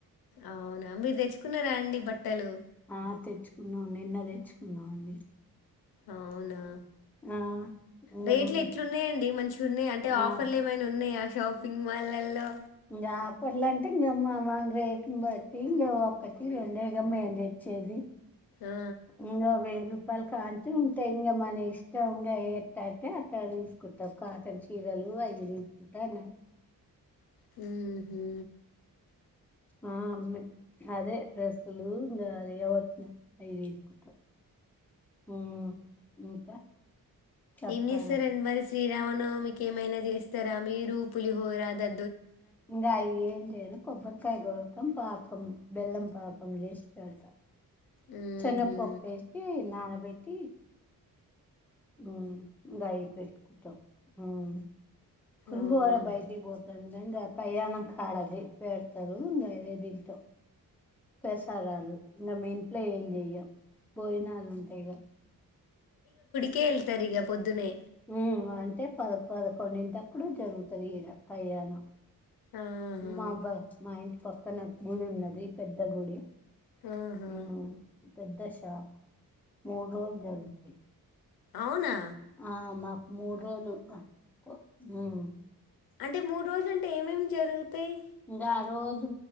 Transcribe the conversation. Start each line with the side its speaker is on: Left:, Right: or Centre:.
Left: అవునా మీరు తెచ్చుకున్నారా అండి బట్టలు
Centre: ఆ తెచ్చుకున్నాం నిన్న తెచ్చుకున్నాం అండి
Left: అవునా
Centre: ఆ ఇంగ
Left: రేట్లు ఎట్లున్నాయండి మంచిగా ఉన్నాయ అంటే
Centre: ఆ
Left: ఆఫర్లు ఏమైనా ఉన్నాయా షాపింగ్ మల్లల్లో
Centre: ఇంకా ఆఫర్లు అంటే ఇంగ మా మా రేటును బట్టి ఒక్కటి రెండే గా మేం తెచ్చేది
Left: ఆ!
Centre: ఇంకా వెయ్యి రూపాయలు కడ్నుంచి ఉంటై ఇంగ మన ఇష్టం ఇంగ ఎట్టతే అట్ట తీసుకుంటాం కాటన్ చీరలు అవి తీసుకుంటాం
Left: హుహు.
Centre: ఆ అమ్మ అదే డ్రెస్లు ఇంకా అది ఎవ <inaudible> అవి తీసుకుంటాం మ్ ఇంకా చెప్పాలి
Left: ఏమి సరండి మరి శ్రీరామును మీకేమైనా చేస్తారా మీరూ పులిహోరా ద
Centre: ఇకాయ ఏంచెను కొబ్బరికాయ కొడతాం పాకం బెల్లం పాకం చేసి పెడతాం
Left: హుహు.
Centre: చెనగపప్పు వేసి నాన బెట్ కి మ్ బాయ పెట్టుకుంటాం మ్ పులిహోర
Left: అవునా!
Centre: బయటటి బోతు దందంద కయ్యాణ హడది పేడతారు వేర దింట ప్రసాదాలు ఇంక మీ ఇంట్లో ఏం చెయ్య భోజనాలు ఉంటాయి గా
Left: కే ఎళ్తారు ఇక పొద్దునే
Centre: హ్మ్ అంటే పద పదకొండింటప్పుడు జరుగుతుంది ఈడ కళ్యాణం
Left: ఆహా!
Centre: మా బస్ మా ఇంటి పక్ పక్కన గుడి ఉన్నది పెద్ద గుడి
Left: ఆహా
Centre: ఉమ్ పెద్ద షాప్ మూడు రోజులు జరుగుతాయి
Left: అవునా
Centre: ఆ మా మూడు రోజులు ఆ హ్మ్
Left: అంటే మూడు రోజులంటే ఏమేమి జరుగుతాయి
Centre: ఇంకా ఆ రోజు